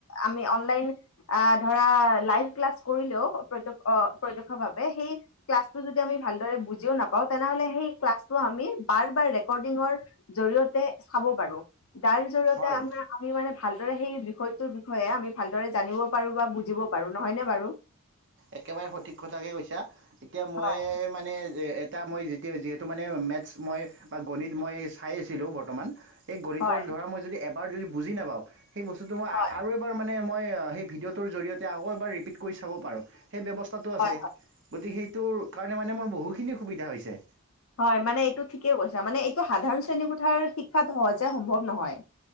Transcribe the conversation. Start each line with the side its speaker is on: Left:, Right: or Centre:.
Left: আমি অনলাইন আহ ধৰা লাইভ ক্লাছ কৰিলেও প্ৰ- প্ৰত্যক্ষ ভাৱ সেই ক্লাছটো যদি আমি ভালদৰে বুজিও নাপাওঁ তেনেহলে সেই ক্লাছটো আমি বাৰ বাৰ ৰেকডিংৰ জৰিয়তে চাব পাৰো। দাইৰ জৰিয়তে
Right: হয়
Left: আমাৰ আমি মানে, ভালদৰে সেই বিষয়টোৰ বিষয়ে আমি ভালদৰে জানিব পাৰো বা বুজিব পাৰো নহয় নে বাৰু?
Right: একেবাৰে সঠিক কথাকে কৈছা। এতিয়া মই
Left: হয়
Right: মানে যে এতিয়া মই যেতিয়া যিহেতু মানে মেথছ মই বা গণিত মই চাই আছিলোঁ বৰ্তমান, এই গণিতৰ
Left: হয়
Right: ধৰা মই যদি এ বাৰ যদি বুজি নাপাওঁ, সেই বস্তুটো মই
Left: হয়
Right: আৰু এবাৰ মানে মই, সেই ভিডিঅ'টোৰ জৰিয়তে আকৌ এবাৰ ৰিপিট কৰি চাব পাৰোঁ। সেই ব্যৱস্থাটো
Left: হয়
Right: আছে গতিকে সেইটোৰ, কাৰণে মানে মোৰ বহুখিনি সুবিধা হৈছে।
Left: হয়, মানে এইটো ঠিকে কৈছা মানে এইটো সাধাৰণ শ্ৰেণী কোঠাৰ শিক্ষাত সহজে সম্ভৱ নহয়।